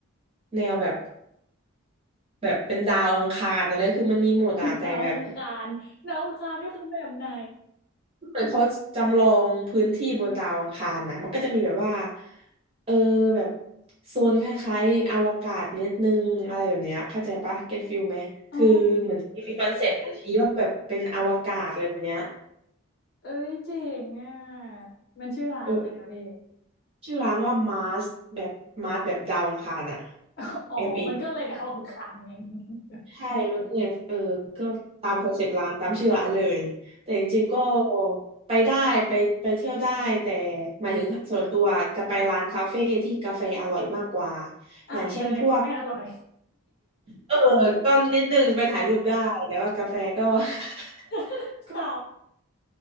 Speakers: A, on the right (about 25°); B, on the left (about 45°).
A: แนวแบบแบบเป็นดาวอังคารอะไรคือมันมีหมดอะแต่แบบ
B: <laughs> ดาวอังคารดาวอังคารนี่คือแบบไหน
A: เหมือนเขาจำลองพื้นที่บนดาวอังคารน่ะมันก็จะมีแบบว่าเออแบบโซนคล้ายๆอวกาศนิดนึงอะไรแบบเนี้ยเข้าใจปะเก็ตฟิลไหมคือเหมือนมีคอนเซปต์บางทีว่าแบบเป็นอวกาศอะไรแบบเนี้ย
B: อ๋อเอ้ยเจ๋งอ่ะมันชื่อร้านอะไรอะพี่
A: เออชื่อร้านว่ามาร์สแบบมาร์สแบบดาวอังคารอ่ะ
B: <laughs> อ๋อมันก็เลยดาวอังคารไง
A: เอมเอ
B: <laughs>
A: ใช่ มันก็เลยเออก็ตามคอนเซปต์ร้านตามชื่อร้านเลย แต่จริงๆก็ไปได้ไปไปเที่ยวได้แต่หมายถึงส่วนตัวจะไปร้านคาเฟ่ที่กาแฟอร่อยมากกว่า
B: อ้าวแสดงว่าไม่อร่อย
A: อย่างเช่นพวกเออก็นิดนึงไปถ่ายรูปได้แต่ว่ากาแฟก็ <laughs>
B: <laughs>
A: ก็
B: ข